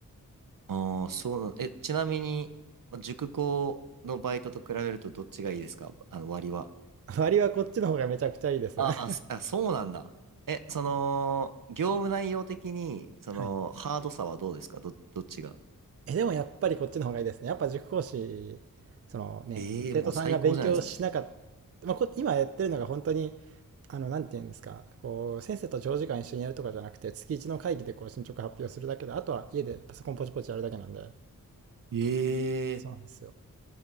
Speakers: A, on the right; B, on the right.
A: ああ、そうな、え、ちなみに、ま塾講のバイトと比べるとどっちがいいですかあの、割は。
B: <laughs> 割はこっちの方がめちゃくちゃいいです。
A: ああ、
B: <laughs>
A: そあ、そうなんだ。え、その、業務内容的に、その、
B: はい。
A: ハードさはどうですかど、どっちが。
B: え、でもやっぱりこっちの方がいいですね。やっぱ塾講師、そのね、
A: ええ、
B: 生徒さんが勉強しなかった、
A: もう最高じゃないですか。
B: まあ、こ、今やってるのが本当に、あの、なんて言うんですか、こう、先生と長時間一緒にやるとかじゃなくて、月1の会議でこう進捗発表するだけで、あとは家でパソコンポチポチやるだけなんで、
A: ええ、
B: そうなんですよ。